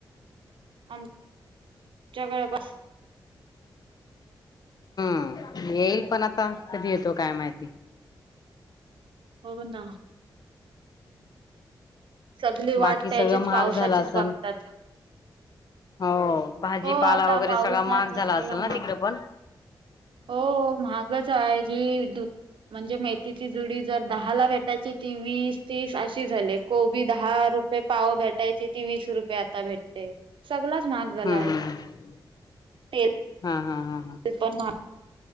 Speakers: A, on the right; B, on the left.
A: आमच्या <inaudible> गळ बस.
B: येईल पण आता कधी येतो काय माहिती?
A: हो ना सगळी
B: बाकी
A: वाट त्याचीच
B: सगळं महाग
A: पावसाचीच
B: झाला सण
A: बघतात
B: हो भाजीपाला
A: हो आता
B: वगैरे
A: पाऊस
B: सगळा
A: नाही
B: महाग
A: तर
B: झाला
A: सगळा
B: असेल ना
A: महाग
B: तिकड पण.
A: हो महागच आहे जी विद्युत म्हणजे मेथीची जुडी जर दहाला भेटायची ती वीस, तीस अशी झाली. दहा रुपये पाव भेटायची ती वीस रुपये आता भेटते. सगलच महाग झाला
B: हम्म
A: आहे
B: हम्म
A: <inaudible> पे
B: हा हा हा
A: ते पण महाग. <inaudible>